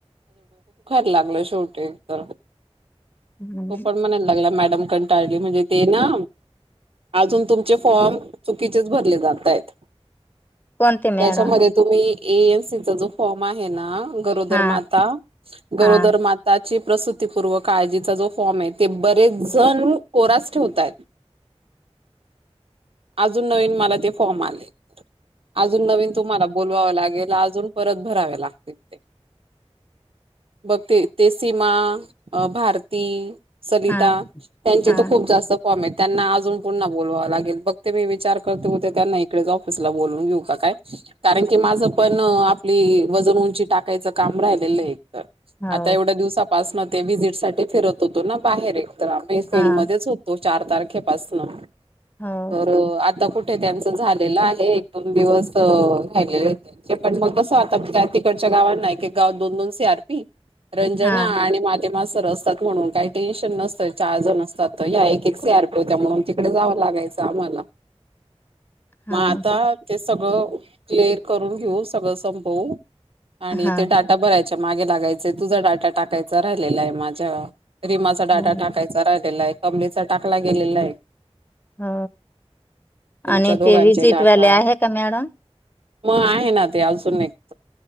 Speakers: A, on the right; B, on the left.
A: लागल शेवटी त
B: हम्म.
A: पण म्हणायला लागला डमक टाळली म्हणजे ते ना अजून तुमचे फॉर्म चुकीचेच भरले जात आहेत.
B: कोणते मॅडम
A: त्याच्यामध्ये तुम्ही एनसीचा जो फॉर्म आहे ना! गरोदर
B: हा
A: माता गरोदर
B: हा
A: माता <unintelligible> <inaudible> प्रसपूर्व काळजीचा जो फॉर्म आहे ते बरेच जण कोरास ठेवतात अजून नवीन मला ते फॉर्म आले अजून नवीन तुम्हाला बोलवावं लागेल अजून परत भरावे लागतील ते बघ ते ते सीमा भारती सलिता
B: हा
A: त्यांचे
B: हा
A: तर खूप जास्त फॉम आहेत त्यांना अजून प न बोलावावं लागेल मी विचार कर होते त्यांना इडे ऑफिस बून घेऊ का काय कारण की माझ पण आ आपली वजन उंची टाकायचं काम राहिलेलं आहे तर
B: हो
A: आता एवढ्या दिवसापासन ते व्हिजिट सा फिरत होतो ना बाहेर तर आ्ही फिल्ड
B: हा
A: मध्येच होतो चार तारखेपासन
B: हो
A: तर आता कुठे त्यांचं झालेलं आहे दोन दिवस रा पण मग तसं आता त्या तिकडच्या गावांना एक गाव दोन दोन सी आर रंजना
B: हा
A: आणि मााते मास असतात म्हणून काही टेन्शन नसतं चार जण असतात तर एक सी आरपी हो त्या म्हून तिकडे जावं लागायचं जा मला
B: हा
A: मग आता ते सगळं क्लअर करून घेऊ सगळं संपवू आणि
B: हा
A: ते डाटा भरायच्या मागे लागायचे तुझा डाटा टाकायचा राहिलेला आहे माझ्या रिमाचा डाटा
B: हो
A: टाकायचा राहिलेला आहे, कंपनीचा टाकला गेलेला आहे.
B: हो
A: तुमच्या
B: आणि
A: दोघांचे
B: ते विजिटवाले
A: डाटा
B: आहे का मॅडम?
A: मग आहे ना ते अजून एक,